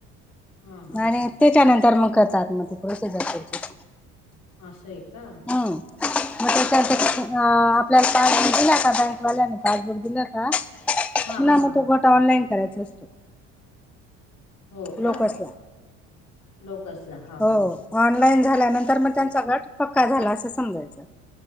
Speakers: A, on the left; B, in the centre.
A: हा हा
B: आणि
A: हा
B: त्याच्यानंतर मग करतात मग ते प्रोसेस ये त्यांची
A: असयं का?
B: ह मग त्याच्यानंतर अ आपल्याला कार्ड दिलं का बँकवाल्याने पासबुक दिला का,
A: हा
B: पुन्हा
A: हा
B: मग
A: हा
B: तो गटा ऑनलाईन करायचा असतो.
A: हो
B: लोकसला.
A: का? लोकसला हा
B: हो
A: हां.
B: ऑनलाईन झाल्यानंतर मग त्यांचा गट पक्का झाला असं समजायचं.